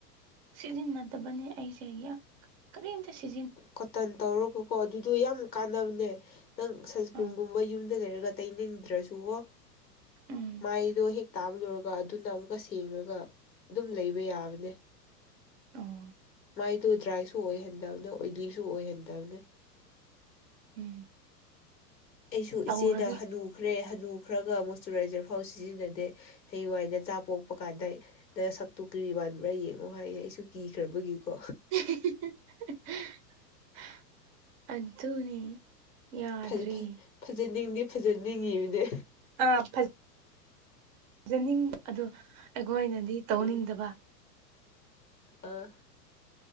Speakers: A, on the right (about 20°); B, on the left (about 90°).
A: ꯁꯤꯖꯤꯟꯅꯗꯕꯅꯦ ꯑꯩꯁꯦ ꯀꯔꯤꯗ ꯁꯤ
B: ꯀꯣꯇꯟ ꯇꯧꯔꯒꯀꯣ ꯑꯗꯨꯗꯣ ꯌꯥꯝ ꯀꯥꯟꯅꯕꯅꯦ ꯅꯪ ꯁꯟꯁꯀ꯭ꯔꯤꯟꯒꯨꯝꯕ
A: ꯑꯥ
B: ꯌꯨꯝ ꯑꯗꯨ ꯂꯩꯔꯒ ꯑꯇꯩ ꯂꯩꯗ꯭ꯔꯁꯨꯕꯣ
A: ꯎꯝ
B: ꯃꯥꯏꯗꯣ ꯍꯦꯛ ꯇꯥꯕꯂꯨꯔꯒ ꯑꯗꯨꯅ ꯑꯃꯨꯛꯀ ꯁꯦꯡꯉꯒ ꯑꯗꯨꯝ ꯂꯩꯕ ꯌꯥꯕꯅꯦ
A: ꯑꯣ
B: ꯃꯥꯏꯗꯨ ꯗ꯭ꯔꯥꯏꯁꯨ ꯑꯣꯏꯍꯟꯗꯕꯅꯦ ꯑꯣꯏꯂꯤꯁꯨ ꯑꯣꯏꯍꯟꯗꯕꯅꯦ
A: ꯎꯝ <unintelligible>
B: ꯑꯩꯁꯨ
A: ꯇꯧꯔꯒꯦ
B: ꯏꯆꯦꯅ ꯍꯅꯨꯈ꯭ꯔꯦ ꯍꯅꯨꯈ꯭ꯔꯒ ꯃꯣꯁꯇꯨꯔꯥꯏꯖꯔ ꯐꯥꯎ ꯁꯤꯖꯤꯟꯅꯗꯦ ꯍꯌꯦꯡ ꯋꯥꯏ ꯅꯆꯥ ꯄꯣꯛꯄꯀꯥꯟꯗ ꯅꯁꯛꯇꯨ ꯀ꯭ꯔꯤ ꯃꯥꯟꯕ꯭ꯔꯥ ꯌꯦꯡꯉꯣ ꯍꯥꯏꯌꯦ ꯑꯩꯁꯨ ꯀꯤꯈ꯭ꯔꯕꯒꯤꯀꯣ
A: <unintelligible> ꯑꯗꯨꯅꯤ ꯌꯥꯗ꯭ꯔꯤ
B: ꯐꯖ ꯐꯖ ꯐꯖꯅꯤꯡꯗꯤ ꯐꯖꯅꯤꯡꯉꯤꯕꯅꯦ
A: ꯑꯥ ꯐ ꯄꯤꯖꯅꯤꯡ ꯑꯗ‌ꯣ ꯑꯩꯈꯣꯏꯅꯗꯤ ꯇꯧꯅꯤꯡꯗꯕ
B: ꯎꯝ ꯑꯥ